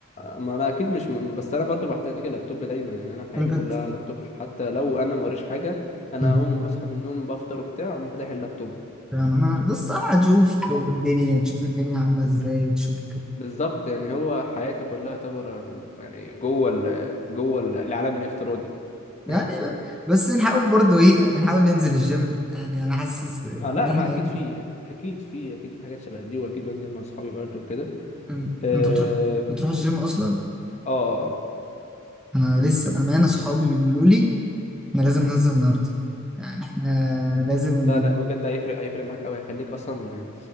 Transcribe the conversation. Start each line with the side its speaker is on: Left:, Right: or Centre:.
Left: ما انا اكيد مش م... بس انا برضو بحتاج اللابتوب دايما يعني انا حياتي
Centre: انت
Left: كلها
Centre: ت-
Left: على اللابتوب حتى لو انا ما وريش حاجه انا
Centre: مم.
Left: اول ما بصحى من النوم بفطر وبتاع اقوم فاتح اللابتوب
Centre: فاهم انا بس اه هتشوف الدنيا تشوف الدنيا عامله ازاي تشوف
Left: بالظبط يعني هو حياتي كلها تعتبر يعني جوه ال... جوه ال- العالم الافتراضي
Centre: يعني
Left: <laughs>
Centre: ب- بس نحاول برضه ايه يعني نحاول ننزل الجيم يعني انا حاسس ان
Left: اه لا
Centre: احنا
Left: ما اكيد
Centre: ايه
Left: في اكيد في اكيد في حاجات شبه دي واكيد بنزل مع اصحابي برضو وكده
Centre: إن-
Left: اه
Centre: انت بتروح بتروح الجيم اصلا
Left: اه آه.
Centre: انا لسه بامانه صحابي بيقولوا لي احنا لازم ننزل النهارده
Left: مم.
Centre: يعني احنا لازم
Left: لا لا بجد هيفرق هيفرق معاك قوي هيخليك اصلا